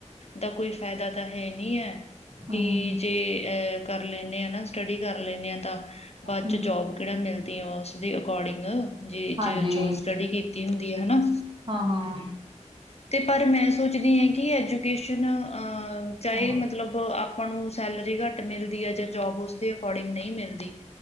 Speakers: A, on the left; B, on the right.
A: ਦਾ ਕੋਈ ਫਾਇਦਾ ਤਾਂ ਹੈ ਨੀ ਐ।
B: ਹੂੰ
A: ਕਿ ਜੇ ਅਹ ਕਰ ਲੈਣੇ ਆ ਨਾ ਸਟੱਡੀ ਕਰ ਲੈਂਣੇ ਆ ਤਾਂ ਬਾਅਦ
B: ਹੂੰ
A: ਚ ਜੋਬ ਕਿਹੜਾ ਮਿਲਦੀਆਂ ਉਸਦੇ ਅਕੋਰਡਿੰਗ ਜੇ
B: ਹਾਂਜੀ
A: ਜੋ ਸਟੱਡੀ ਕੀਤੀ ਹੁੰਦੀ ਆ ਹਨਾ।
B: ਹਾਂ ਹਾਂ।
A: ਤੇ ਪਰ ਮੈਂ ਸੋਚਦੀ ਆ ਕਿ ਐਜੂਕੇਸ਼ਨ ਚਾਹੇ
B: ਹੋਰ
A: ਮਤਲਬ ਆਪਾਂ ਨੂੰ ਸੈਲਰੀ ਘੱਟ ਮਿਲਦੀ ਐ ਜਾਂ ਜੋਬ ਉਸਦੇ ਅਕੋਰਡਿੰਗ ਨਹੀਂ ਮਿਲਦੀ।